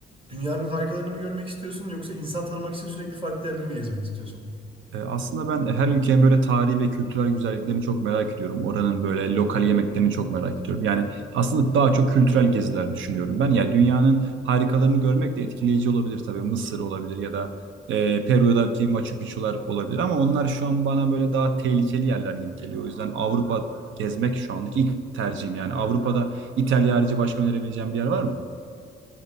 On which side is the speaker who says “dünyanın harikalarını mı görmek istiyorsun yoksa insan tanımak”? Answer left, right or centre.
Right